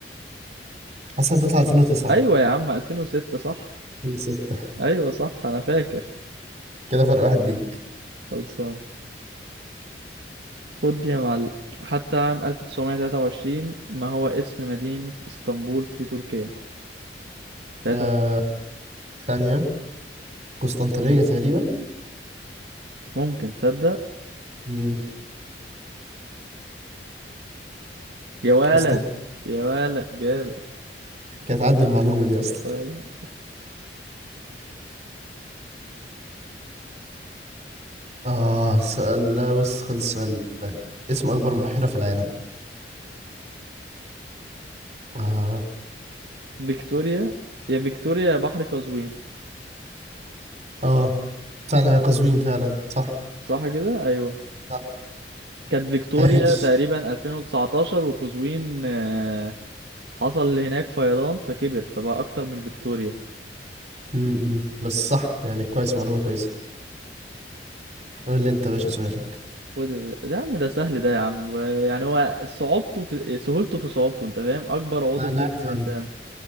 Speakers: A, on the right; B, on the right.
A: حاسسها تطلع 2009
B: أيوة يا عم ألفين وستة صح
A: 2006
B: أيوة صح أنا فاكر
A: كده فرق واحد ليك
B: خلصان خد دي يا معلم حتى عام 1923 ما هو اسم مدينة اسطنبول في تركيا تلاتة
A: آه ثانيه قسطنطينيه تقريبا
B: ممكن تصدق
A: امم
B: يا ولد
A: قسطنطينيه
B: يا ولد جامد
A: كانت عندي المعلومه دي اصلا
B: طيب
A: اه سؤال ده بص خد السؤال ده اسم اكبر بحيره في العالم اه
B: فيكتوريا يا فيكتوريا يا بحر قزوين
A: اه فعلا هي قزوين فعلا صح
B: صح كده ايوه
A: صح
B: كانت فيكتوريا
A: عايش
B: تقريبا 2019 وقزوين آه، حصل هناك فيضان فكبر فبقى اكتر من فيكتوريا
A: امم بس صح يعني كويس معلومه كويسه قول لي انت يا باشا سؤالك
B: خد يا باشا. ده يا عم ده سهل ده يا عم و- يعني هو صعوبته في سهولته في صعوبته انت فاهم اكبر عضو
A: لا، انا
B: في
A: عارف
B: جسم الانسان
A: عارف